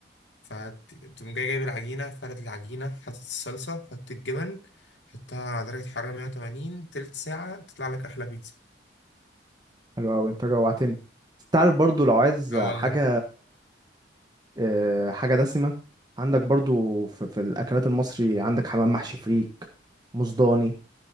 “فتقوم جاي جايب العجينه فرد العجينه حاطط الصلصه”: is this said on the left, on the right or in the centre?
Left